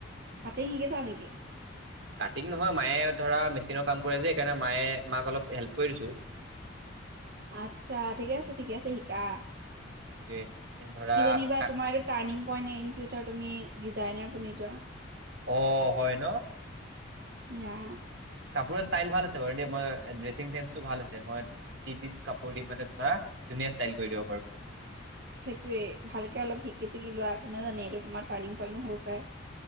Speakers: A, on the right (about 55°); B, on the right (about 75°).
A: কাতিং শিকিছা নেকি?
B: ঠিক নহয় মায়ে ধৰা মেচিনৰ কাম কৰে যে সেইকাৰণে মায়ে মাক অলপ হেল্প কৰি দিছোঁ
A: আত্ছা ঠিকে আছে ঠিকে আছে শিকা
B: সেইটোৱে এন ধৰা
A: কি জানিবা
B: কা-
A: তোমাৰ এইটো টাৰ্ণিং উপাই নাই ইন ফিউচাৰ তুমি ডিজাইনাৰ বুলি যোৱা
B: অ হয় ন
A: ইয়া
B: কাপোৰৰ ষ্টাইল ভাল আছে বাৰু দ মই ড্ৰেছিং চেন্সটো ভাল আছে মই চি কাপোৰ দি মানে ধৰা ধুনীয়া ষ্টাইল কৰি দিব বাৰু
A: সেইটোৱে ভালকে অলপ শিকি চিকি লোৱা, কোনে জানে এইটো তোমাৰ টাৰণিং পইণ্টও হ'ব পাৰে